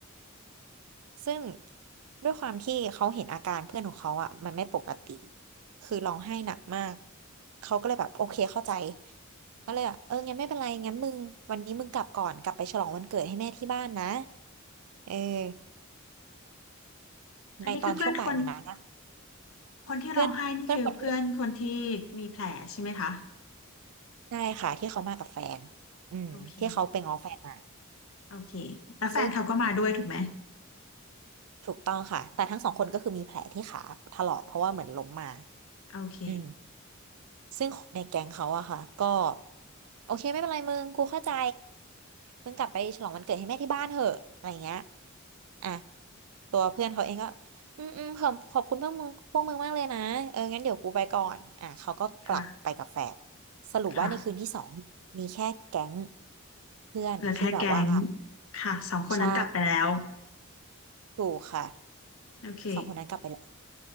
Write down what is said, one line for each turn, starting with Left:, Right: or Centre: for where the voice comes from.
Right: ซึ่งด้วยความที่เขาเห็นอาการเพื่อนของเขาอ่ะมันไม่ปกติคือร้องไห้หนักมากเขาก็เลยแบบโอเคเข้าใจก็เลยแบบเอองั้นไม่เป็นไรงั้นมึงวันนี้มึงกลับก่อนกลับไปฉลองวันเกิดให้แม่ที่บ้านนะเออ
Left: อันนี้คือเพื่อนคน
Right: ในตอนช่วงบ่ายวันนั้นนะ
Left: คนที่ร้องไห้นี่คือเพื่อนคนที่มีแผลใช่ไหมคะ
Right: เพื่อนเพื่อนคนที่ใช่ค่ะที่เขามากับแฟนอืมที่เขาไปง้อแฟนมา
Left: โอเค โอเคแล้วแฟนเขาก็มาด้วยถูกไหม
Right: ซึ่งถูกต้องค่ะแต่ทั้งสองคนก็คือมีแผลที่ขาถลอกเพราะว่าเหมือนล้มมา
Left: โอเค
Right: อืมซึ่งคนในแก๊งเขาอะค่ะก็โอเคไม่เป็นไรมึงกูเข้าใจ มึงกลับไปฉลองวันเกิดให้แม่ที่บ้านเถอะอะไรเงี้ยอ่ะตัวเพื่อนเขาเองก็ อืมอืมขอบขอบคุณพวกมึงพวกมึงมากเลยนะ เอองั้นเดี๋ยวกูไปก่อนอ่ะเขาก็กลับไปกับแฟน
Left: ค่ะ
Right: สรุปว่าในคืนที่สองมีแค่แก๊ง
Left: ค่ะ
Right: เพื่อนที่แบบว่า
Left: เหลือแค่แก๊งค่ะสองคนนั้นกลับไปแล้ว
Right: ใช่ถูกค่ะ
Left: โอเค
Right: สองคนนั้นกลับไปแล้ว